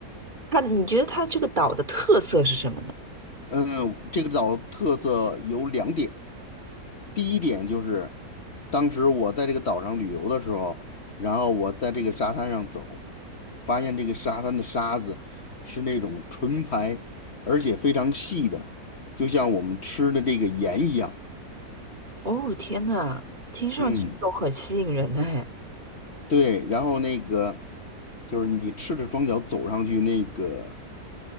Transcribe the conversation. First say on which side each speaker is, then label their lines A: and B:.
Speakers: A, on the right; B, on the left.
A: 它，你觉得它这个岛的特色是什么呢？
B: 嗯，这个岛特色有两点，第一点就是当时我在这个岛上旅游的时候，然后我在这个沙滩上走，发现这个沙滩的沙子是那种纯白，而且非常细的，就像我们吃的这个盐一样。
A: 哦，天呐，听上去就很吸引人哎。
B: 嗯，对，然后那个就是你赤着双脚走上去，那个